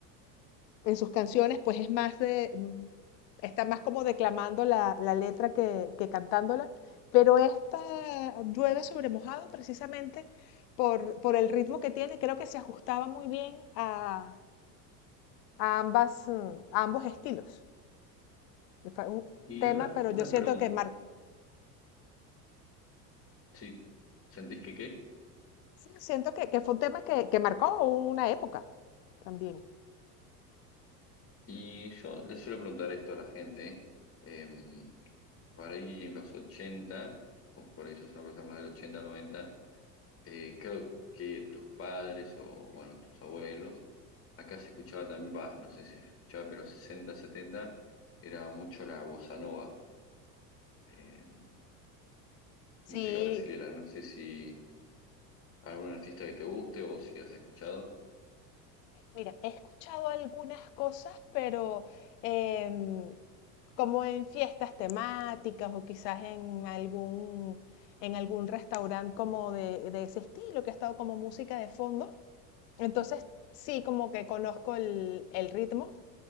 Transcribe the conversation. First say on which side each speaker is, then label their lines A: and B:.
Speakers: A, on the left; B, on the left.
A: en sus canciones, pues es más de, mm, está más como declamando la, la letra que, que cantándola, pero esta llueve sobre mojado precisamente por, por el ritmo que tiene, creo que se ajustaba muy bien a, a ambas, mm, a ambos estilos. Fue un
B: Y
A: tema,
B: una,
A: pero
B: una
A: yo siento
B: pregunta,
A: que, mar-
B: si sentís que qué?
A: sí, siento que, que fue un tema que, que marcó una época también.
B: Y yo le suelo preguntar esto a la gente, em, por ahí en los 80 porque por ahí eso es una cosa más del 80 90 eh, creo que tus padres o, bueno, tus abuelos, acá se escuchaba también, bah, no sé si se escuchaba, pero 60 70 era mucho la bossa nova. Eh,
A: Sí,
B: música brasilera. No sé si algún artista que te guste o si has escuchado.
A: mira, he escuchado algunas cosas, pero em, como en fiestas temáticas o quizás en algún, en algún restaurante como de, de ese estilo, que ha estado como música de fondo. Entonces, sí, como que conozco el, el ritmo,